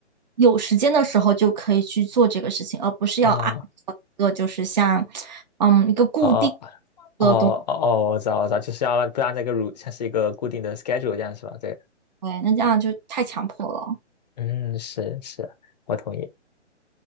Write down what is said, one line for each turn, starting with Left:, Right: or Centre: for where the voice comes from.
Right: 有时间的时候就可以去做这个事情，而不是要按照一个就是像
Left: 啊哦
Right: 嗯一个固定
Left: 哦
Right: 的东西，
Left: 哦哦，我知道我知道，就是要让不让那个如像是一个固定的 schedule 这样是吧？对，
Right: 对那这样就太强迫了。
Left: 嗯，是是，我同意，